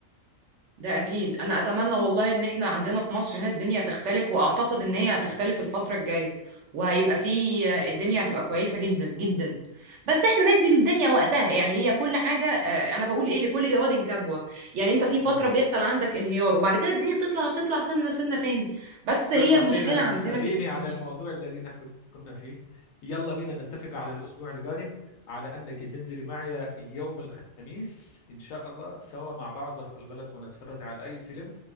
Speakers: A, on the right (about 65°); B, on the left (about 85°).
A: ده اكيد انا اتمنى والله ان احنا عندنا في مصر هنا الدنيا تختلف واعتقد ان هي هتختلف الفترة الجاية وهيبقى في الدنيا هتبقى كويسة جدا جدا بس احنا ندي الدنيا وقتها يعني هي كل حاجة آه، انا بقول ايه لكل جواد كبوة يعني انت في
B: نعم
A: فترة بيحصل عندك انهيار وبعد كده الدنيا بتطلع تطلع سنة سنة تاني بس هي
B: طيب خلينا
A: المشكلة عندنا
B: خليني
A: في الامكانيات
B: على الموضوع الذي نحن كنا فيه يلا بينا نتفق على الأسبوع القادم على أنك تنزلي معي يوم الخميس إن شاء الله سوا مع بعض وسط البلد ونتفرج على أي فيلم